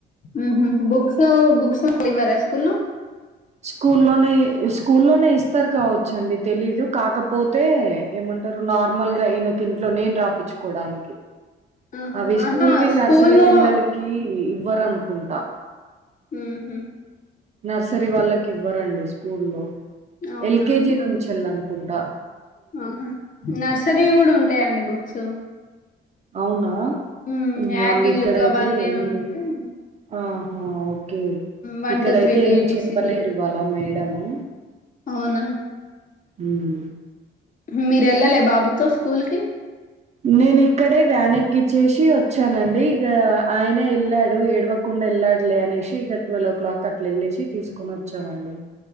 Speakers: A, on the left; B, on the right.
A: ఊహు హు బుక్స్ బుక్స్ ఇవ్వరా స్కూల్ లో
B: స్కూల్లోనే స్కూల్లోనే ఇస్తారు కావచ్చ అండి తెలీదు కాకపోతే ఏమంటారు నార్మల్ గా ఈయనకి ఇంట్లో నేను రాపిచ్చుకోవడానికి
A: ఆహా
B: అవి స్కూల్వి
A: ఆహా స్కూల్లో
B: నర్సరీ పిల్లలకి ఇవ్వరనుకుంటా
A: హు హామ్
B: నర్సరీ వాళ్ళకి ఇవ్వరండి స్కూల్లో
A: అవునా
B: ఎల్కేజీ నుంచి వెళ్ళనుకుంటా
A: ఆహా నర్సరీ కూడా ఉంటాయండి బుక్స్
B: అవునా
A: మ్మ్
B: మోన్న
A: యాపిల్
B: ఇక్కడయితే
A: అవన్నీ
B: ఏమి
A: ఉండి
B: ఆహా కే
A: వన్
B: ఇక్కడయితే
A: టూ త్రీలు
B: ఏం
A: ఏబీసీలు
B: చెప్పలేరు ఇవాళ మేడము
A: అవునా
B: ఉం
A: మీరు వెళ్ళలే బాబుతో స్కూల్ కి
B: నేను ఇక్కడే వ్యాన్ ఎకిచ్చేసి వచ్చానండి ఇగా ఆయనే వెళ్ళాడు ఏడవ కుండా వెళ్లడలే అనేసి ఇక ట్వెల్వ్ ఓ క్లాక్ అట్లా వెళ్లేేసి తీసుకని వచ్చామండి